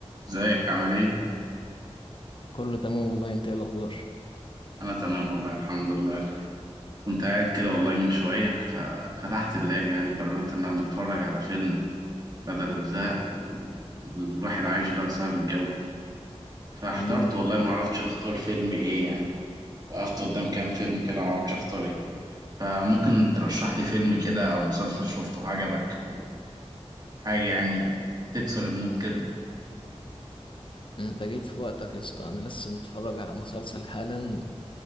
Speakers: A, on the right; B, on the left.
A: ازيك عامل ايه؟
B: كله تمام والله انت ايه الاخبار
A: انا تمام والله الحمد لله كنت قاعد كده والله من شوية ففتحت اللاب يعني قررت ان انا اتفرج على فيلم بدل الزهق ال- الواحد عايشه ده بسبب الجو فاحترت
B: امم
A: والله ما عرفتش اختار فيلم ايه يعني وقفت قدام كام فيلم كده ما عرفتش اختار ايه فممكن ترشح لي فيلم كده او مسلسل شفته عجبك او حاجة يعني تكسر المود كده
B: انت جيت في وقتك يا اسطى انا لسه متفرج على مسلسل حالا